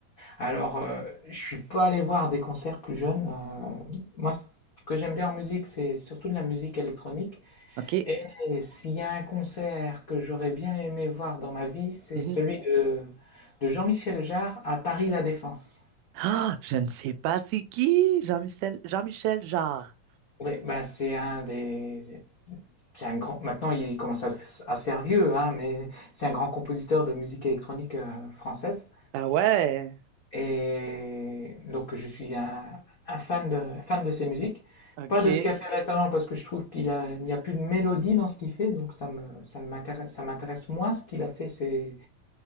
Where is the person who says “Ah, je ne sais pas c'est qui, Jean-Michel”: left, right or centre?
Right